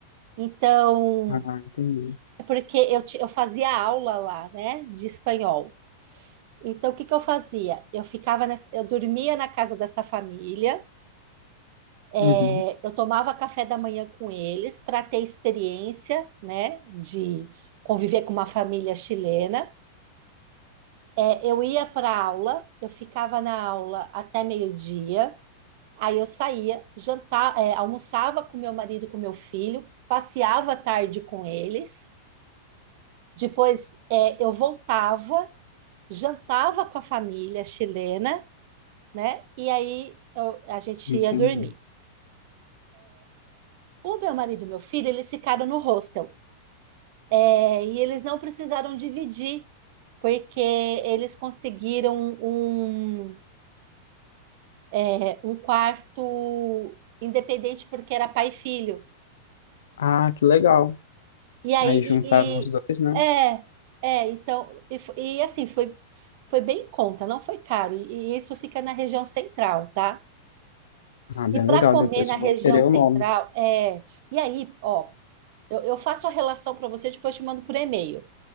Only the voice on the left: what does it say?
Ah, entendi.
Uhum.
Entendi.
Ah, que legal.
Aí juntaram
os
dois, né?
Ah, bem
legal.
Depois
eu
vou querer
o nome.